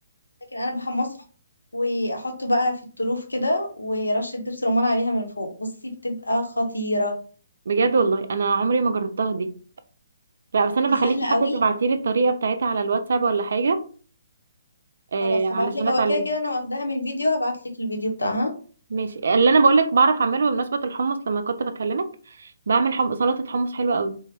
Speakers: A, on the left; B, on the right.
A: لكن انا بحمصه واحطه بقى في الطروف كده ورشه دبس رمان عليها من فوق بصي بتبقى خطيره
B: بجد والله انا عمري ما جربتها دي لا بس
A: لا
B: انا
A: دي سهله
B: بخليكي حتى
A: قوي
B: تبعتي لي الطريقه بتاعتها على الواتساب ولا حاجه آه
A: خلاص هبعتلك
B: علشان اتعلمها
A: هو كده كده انا واخداها من فيديو هبعتلك الفيديو بتاعها
B: ماشي اللي انا بقول لك بعرف اعمله بمناسبه الحمص لما كنت بكلمك بعمل حم... سلطه حمص حلوه قوي